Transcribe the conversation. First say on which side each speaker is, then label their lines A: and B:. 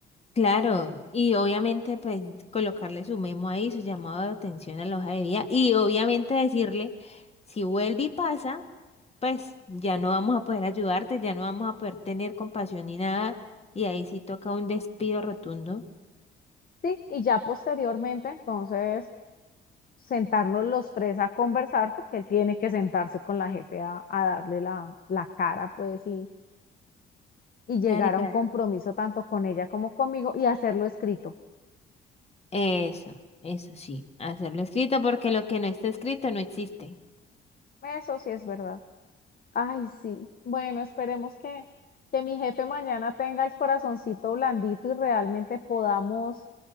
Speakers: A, on the left; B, on the left.
A: Claro, y obviamente pues colocarle su memo ahí, su llamado de atención a la hoja de vida y obviamente decirle, si vuelve y pasa, pues ya no vamos a poder ayudarte, ya no vamos a poder tener compasión ni nada y ahí sí toca un despido rotundo.
B: Sí, y ya posteriormente, entonces sentarnos los tres a conversar, porque él tiene que sentarse con la jefe a, a darle la, la cara, pues, y, y llegar
A: Marica.
B: a un compromiso tanto con ella como conmigo y hacerlo escrito.
A: Eso, eso sí, hacerlo escrito porque lo que no está escrito no existe.
B: Eso sí es verdad. Ay, sí. Bueno, esperemos que, que mi jefe mañana tenga el corazoncito blandito y realmente podamos